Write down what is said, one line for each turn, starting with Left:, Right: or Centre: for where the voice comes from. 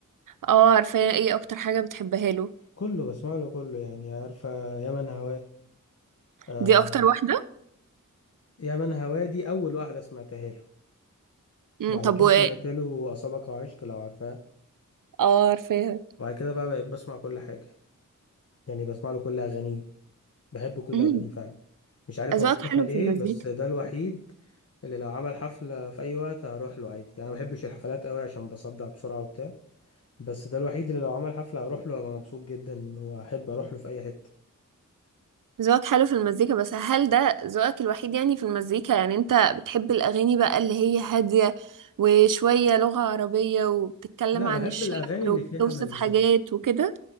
Right: اه عارفة ايه اكتر حاجة بتحبها له
Left: كله بسمع له كله يعني عارفه يا من هواه آه،
Right: دي اكتر واحدة
Left: يا من هوادي أول واحدة سمعتها له
Right: مم،
Left: وبعد
Right: طب
Left: كده
Right: و
Left: سمعت له أصابك عشق لو عارفها
Right: اه عارفاها
Left: وبعد كده بقى بقيت بسمع كل حاجة يعني بسمع له كل أغانيه بحب كل
Right: مم،
Left: أغانيه فعلا مش عارف
Right: اذواقك
Left: هو اختفى
Right: حلو
Left: ليه
Right: في المزيكا
Left: بس ده الوحيد اللي لو عمل حفلة في أي وقت هروح له عادي يعني أنا ما بحبش الحفلات قوي عشان بصدع بسرعة وبتاع بس ده الوحيد اللي لو عمل حفلة هروح له هبقى مبسوط جدا وأحب أروح له في أي حتة
Right: ذوقك حلو في المزيكا بس هل ده ذوقك الوحيد يعني في المزيكا يعني انت بتحب الأغاني بقى اللي هي هادية وشوية لغة عربية وبتتكلم
Left: لا
Right: عن
Left: بحب
Right: الشعر
Left: الأغاني اللي
Right: وبتوصف
Left: فيها مزيكا
Right: حاجات وكده